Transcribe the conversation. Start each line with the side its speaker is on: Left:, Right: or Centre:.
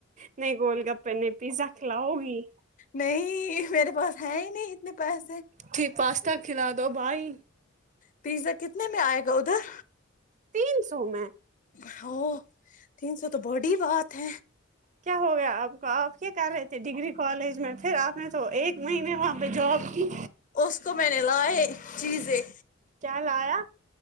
Right: نہیں گول گپے نہیں پیزا کھلاؤ گی
Left: نہیں میرے پاس ہے ہی نہیں اتنے پیسے
Right: پھر پاستا کھلا دو بھائی
Left: پیزا کتنے میں آئے گا ادھر
Right: تین سو میں
Left: ھو تین سو تو بڑی بات ہے
Right: کیا ہو گیا آپ کو آپ کیا کر رہے تھے ڈگری کالج میں پھر آپ نے تو ایک مہینے وہاں پہ جاب کی
Left: اس کو میں نے لائے چیزیں
Right: کیا لایا